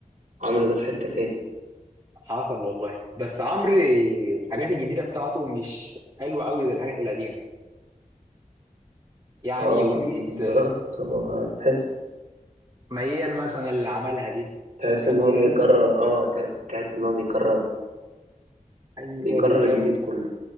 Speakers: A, on the right (about 60°); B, on the right (about 25°).
A: عمرو ده في حتة تاني
B: حصل والله بس عمرو الحاجات الجديدة بتاعته مش حلوة قوي زي الحاجات القديمة يعني
A: اه
B: أغنية
A: بالظبط
B: آه،
A: هو تحس
B: ميال مثلا اللي عملها دي
A: تحس
B: ميال
A: ان هو بيكرر اه ت- تحس ان هو بيكرر
B: أيوه
A: بيكرر
B: بالظبط
A: الجديد كله